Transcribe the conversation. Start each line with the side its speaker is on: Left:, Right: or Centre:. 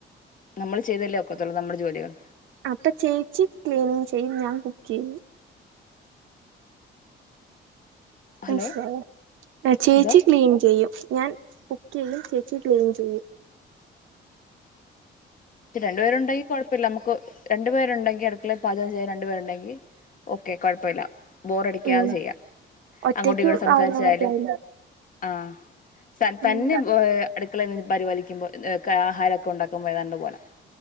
Left: നമ്മൾ ചെയ്തല്ലേ ഒക്കത്തുള്ളൂ നമ്മുടെ ജോലികൾ
Right: അപ്പൊ ചേച്ചി ക്ലീനിങ് ചെയും, ഞാൻ കു ക്കേ
Left: ഹലോ
Right: മനസ് ലായോ, ചേച്ചി
Left: എന്തോ
Right: ക്ലീൻ ചെയ്യും ഞാൻ കുക്കെയ്യും, ചേച്ചി ക്ലീൻചെയ്യും.
Left: രണ്ട് പേര് ഉണ്ടെങ്കി കൊഴപ്പല്ല നമുക്ക്. രണ്ടു പേരുണ്ടെങ്കി അടുക്കളെ പാചകം ചെയ്യാൻ രണ്ടുപേരുണ്ടെങ്കി ഓക്കെ കൊഴപ്പല്ല. ബോറടിക്കാതെ
Right: ഉം
Left: ചെയ്യാം,
Right: ഒറ്റയ്ക്ക്
Left: അങ്ങോട്ടും ഇങ്ങോട്ടും, സംസാരിച്ചായാലും
Right: ആവുന്നവർക്കായാലും
Left: ആ സ
Right: ഉം
Left: തന്നെ അടുക്കളെ നിന്ന് പരിപാലിക്കുമ്പോൾ ആഹാരൊക്കെ ഉണ്ടാക്കുമ്പോഏതാണ്ട് പോലാ.